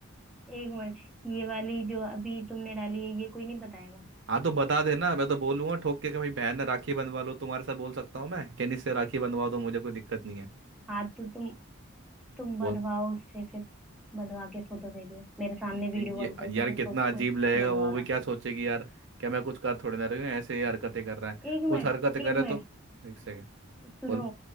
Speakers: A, in the centre; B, on the right.
A: एक मिनट ये वाली जो अभी तुमने डाली है ये कोई नहीं बताएगा
B: हाँ तो बता देना मैं तो बोलूंगा ठोक के कि भाई बहन राखी बंधवा लो तुम्हारे साथ बोल सकता हूँ मैं कैनिस से राखी बंधवा दो मुझे कोई दिक्कत नहीं है
A: हाँ तो तुम तुम बधवाओ
B: बोल
A: उससे फिर बधवा के फोटो भेजो मेरे सामने
B: ये,
A: वीडियो कॉल
B: ये
A: करके
B: यार
A: फिर
B: कितना
A: उसको
B: अजीब लगेगा
A: बधवाओ
B: वो भी
A: राखी
B: क्या सोचेगी यार क्या मैं कुछ कर थोड़ी ना रही हूँ ऐसे ही हरकतें कर रहा है
A: एक
B: कुछ
A: मिनट
B: हरकतें करे
A: एक
B: तो
A: मिनट
B: एक सेकेंड
A: सुनो
B: बोल